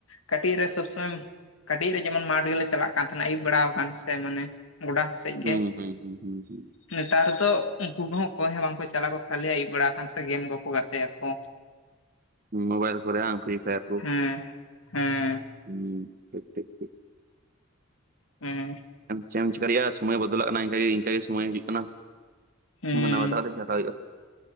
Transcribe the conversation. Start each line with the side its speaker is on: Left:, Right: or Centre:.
Left: ᱠᱟᱹᱴᱤᱡ ᱨᱮ ᱥᱚᱵ ᱥᱚᱢᱚᱭ ᱠᱟᱹᱴᱤᱡ ᱨᱮ ᱡᱮᱢᱚᱱ ᱢᱟᱴ ᱜᱮᱞᱤᱧ ᱪᱟᱞᱟᱜ ᱠᱟᱱ ᱛᱟᱦᱮᱱᱟ᱾ ᱟᱹᱭᱩᱵ ᱵᱟᱲᱟ ᱟᱠᱟᱱ ᱥᱮ ᱢᱟᱱᱮ ᱜᱚᱰᱟ ᱥᱮᱫ
Right: ᱦᱩᱸ-
Left: ᱜᱮ
Right: ᱦᱩᱸ- ᱦᱩᱸ ᱦᱩᱸ ᱦᱩᱸ
Left: ᱱᱮᱛᱟᱨ ᱫᱚ ᱩᱱᱠᱩ ᱠᱚᱦᱚᱸ ᱚᱠᱚᱭ ᱦᱚᱸ ᱵᱟᱝᱠᱚ ᱪᱟᱞᱟᱜ ᱠᱚ ᱠᱷᱟᱹᱞᱤ ᱟᱹᱭᱩᱵ ᱵᱮᱲᱟ ᱟᱠᱟᱱ ᱥᱮ ᱜᱮᱢ ᱠᱚᱠᱚ ᱜᱟᱛᱮᱜ ᱟᱠᱚ᱾
Right: ᱢᱳᱵᱟᱭᱤᱞ ᱠᱚᱨᱮ ᱦᱟᱜ ᱯᱷᱨᱤ ᱯᱷᱟᱭᱟᱨ ᱠᱚ᱾
Left: ᱦᱮᱸ- ᱦᱮᱸ
Right: ᱦᱩᱸ ᱴᱷᱤᱠ - ᱴᱷᱤᱠ - ᱴᱷᱤᱠ᱾
Left: ᱦᱮᱸ
Right: ᱪᱮᱫ ᱮᱢ ᱪᱤᱠᱟᱹ ᱫᱟᱲᱮᱭᱟᱜᱼᱟ, ᱥᱚᱢᱚᱭ ᱵᱚᱫᱚᱞᱚᱜ ᱟᱠᱟᱱᱟ, ᱤᱱᱠᱮ ᱥᱚᱢᱚᱭ ᱦᱤᱡᱩᱜ ᱠᱟᱱᱟ᱾
Left: ᱦᱮᱸ
Right: ᱢᱟᱱᱣ ᱵᱟᱛᱟᱣ ᱛᱮ ᱪᱟᱞᱟᱜ